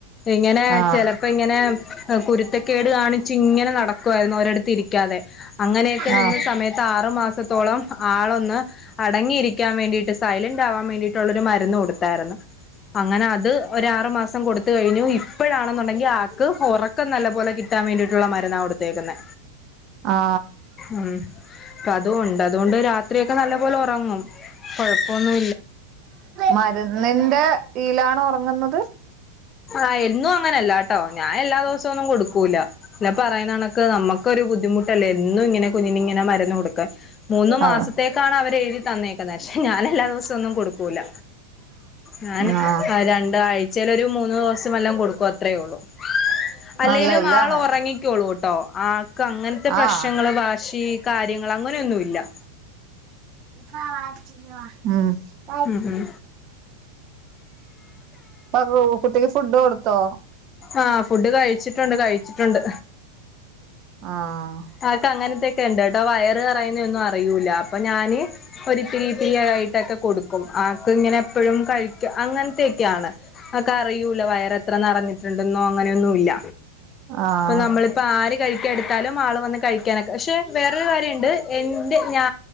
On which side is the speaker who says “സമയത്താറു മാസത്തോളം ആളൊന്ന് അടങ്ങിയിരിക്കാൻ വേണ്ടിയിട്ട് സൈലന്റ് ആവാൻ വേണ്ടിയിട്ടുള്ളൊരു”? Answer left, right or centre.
Left